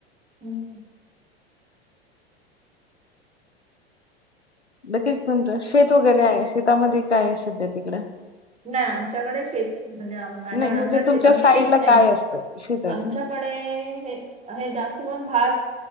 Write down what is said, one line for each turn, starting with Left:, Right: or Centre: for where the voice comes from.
Right: हम्म.
Left: <unintelligible> शेत वगैरे आहे. शेतामधे काय आहे सध्या तिकडं?
Right: नाय, आमच्याकडे शेत म्हणजे आम माझ्याकड
Left: नाही म्हणजे
Right: आमच्याकड
Left: तुमच्या
Right: शेत आमची
Left: साईडला
Right: शेती नाही.
Left: काय असतं शेताचं?
Right: आमच्याकड डे हे हे जास्तकरून भात